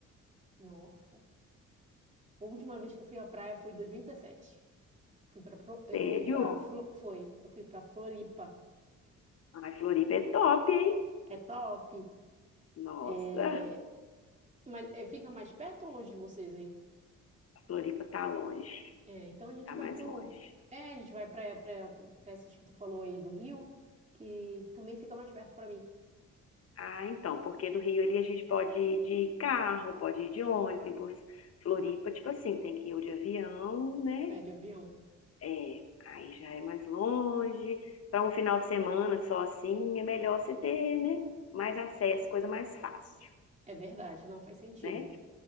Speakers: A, on the right; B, on the left.
A: Nossa. A última vez que eu fui à praia foi em 2017. Fui para eu
B: Sério?
A: fui para foi, eu fui para Floripa.
B: Ai, Floripa é top, hein?
A: É top.
B: Nossa,
A: É, mas é, fica mais perto ou longe de vocês aí?
B: Floripa tá longe.
A: É, então a gente
B: Tá
A: vai
B: mais
A: pro.
B: longe.
A: É, a gente vai pra, pra, pra essas que tu falou aí do Rio, que também fica mais perto pra mim.
B: Ah, então, porque do Rio ali a gente pode ir de carro, pode ir de ônibus. Floripa, tipo assim, tem que ir ou de avião, né?
A: É, de avião.
B: É, aí já é mais longe. Para um final de semana só assim, é melhor você ter, né? Mais acesso, coisa mais fácil,
A: É verdade, não faz sentido.
B: né?